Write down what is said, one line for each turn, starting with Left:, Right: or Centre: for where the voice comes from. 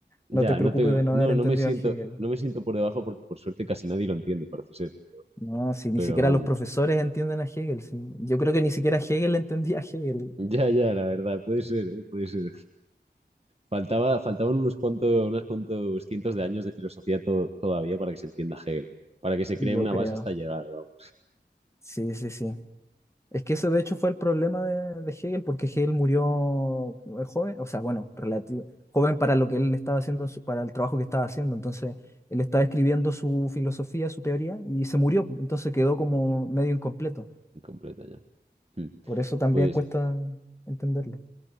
Right: Ya,
Left: no te preocupes
Right: no tengo,
Left: de no
Right: no,
Left: haber entendido
Right: no me siento,
Left: a Hegel.
Right: no me siento por debajo porque por suerte casi nadie lo entiende, parece ser,
Left: No, si ni
Right: pero
Left: siquiera
Right: vamos.
Left: los profesores entienden a Hegel, sí. Yo creo que ni siquiera Hegel entendía a Hegel,
Right: Ya, ya, la verdad, puede ser, ¿eh? Puede ser. Faltaba, faltaban unos cuantos, unos cuantos cientos de años de filosofía to- todavía para que se entienda Hegel, para que se cree
Left: yo
Right: una
Left: creo.
Right: base hasta llegar, vamos.
Left: Sí, sí, sí. Es que ese de hecho fue el problema de, de Hegel, porque Hegel murió eh, joven, o sea, bueno, relativo, joven para lo que él estaba haciendo, en su- para el trabajo que estaba haciendo. Entonces, él estaba escribiendo su filosofía, su teoría, y se murió. Entonces quedó como medio incompleto.
Right: Incompleta ya. Hmm.
Left: Por eso también
Right: Pues
Left: cuesta entenderlo.